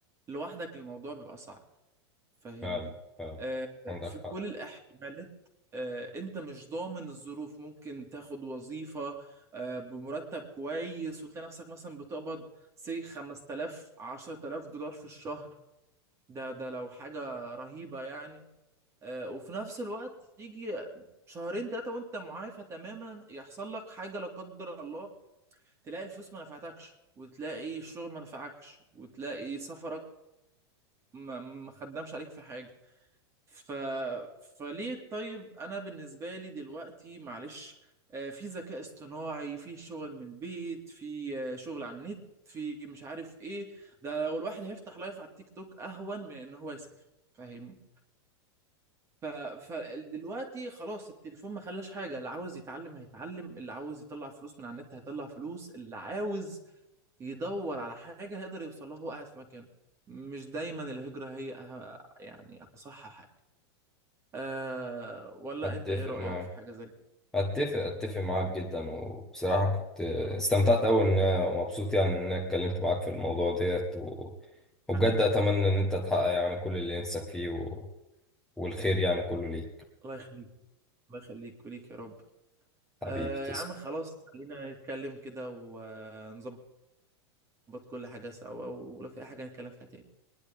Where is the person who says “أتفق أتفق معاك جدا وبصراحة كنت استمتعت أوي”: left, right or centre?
Centre